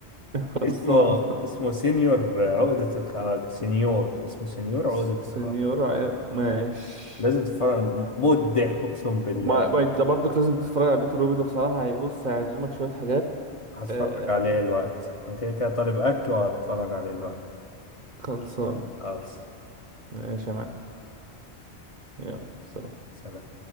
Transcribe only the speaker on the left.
اسمه اسمه سينيور عقدة الخواجة سينيور اسمه سينيور
عقدة
الخواجة
لازم تتفرج موت ضحك اقسم بالله
هتفرج
عليه الوقت انا كده كده طالب اكل وهتفرج عليه الوقت
خالص
سلام